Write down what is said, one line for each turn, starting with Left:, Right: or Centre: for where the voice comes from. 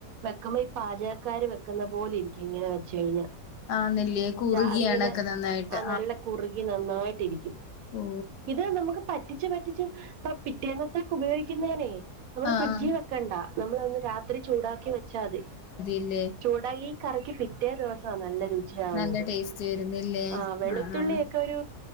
Right: വെക്കുമ്പോ ഈ പാചകക്കാര് വെക്കുന്ന പോലെ ഇരിക്കും ഇങ്ങനെ വെച്ച കഴിഞ്ഞ
Left: ആന്നില്ലേ കുറുകിയ
Right: ച അതിങ്ങനെ
Left: കണക്ക് നന്നായിട്ട്
Right: ആ നല്ല കുറുകി നന്നായിട്ട ഇരിക്കും
Left: ഓ
Right: ഇത് നമുക്ക് പറ്റി പറ്റിച്ച് പിറ്റേന്നത്തക്കെ ഉപയോഗിക്കുന്നേനേ നമ്മള്
Left: ആ
Right: ഫ്രിഡ്ജിൽ
Left: ആ
Right: വെക്കണ്ട നമ്മള ഒന്ന് രാത്രി ഒത്തിരി ചൂടാക്കി വെച്ചാൽതി
Left: ചൂടാതില്ലേ
Right: ചൂടായി കറിക്കി പിറ്റേ ദിവസമാണ് നല്ലരുചി <unintelligible>
Left: നല്ല ടേസ്റ്റ് വരുന്നില്ലേ
Right: ആ വെളുത്തുള്ളിയൊക്കെ
Left: ആഹ് ആഹ്
Right: ഒരു